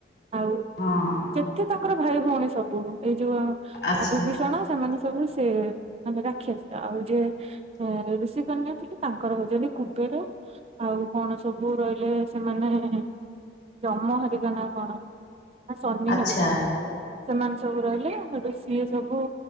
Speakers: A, on the right; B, on the left.
A: ଆଉ
B: ହଁ
A: ଯେତେ ତମ ତାଙ୍କର ଭାଇ ଭଉଣୀ ସବୁ ଏଇ ଯୋଉ
B: ଆଚ୍ଛା
A: ବିଭୀଷଣ ସେମାନେ ସବୁ ସେ ମାନେ ରାକ୍ଷସ ଟା ଆଉ ଯେ ଋଷି କନ୍ୟା ଥିଲେ ତାଙ୍କର ହଉଛନ୍ତି କୁବେର ଆଉ କଣ ସବୁ ରହିଲେ ସେମାନେ ଜମା ହରିକା ନା କଣ? ସନି
B: ଆଚ୍ଛା
A: ହେରିକା ସେମାନେ ସବୁ ରହିଲେ ସେଠୁ ସିଏ ସବୁ